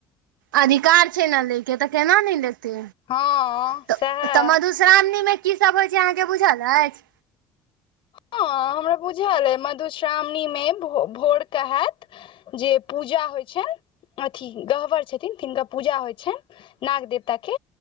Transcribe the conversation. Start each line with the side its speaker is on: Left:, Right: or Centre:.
Right: अधिकार छै न लै के तऽ केना नै लेतै
Left: हँ
Right: तऽ
Left: सएह
Right: तऽ मधुश्रा मधुश्रावणी मे की सब होइ छै अहाँ के बुझल अछि
Left: हँ हमरा बुझल अय मधुश्रावणी मे भोरके हैत जे पूजा होइ छनि अथी गह्वर छथिन तिनका पूजा होइ छनि नाग देवता के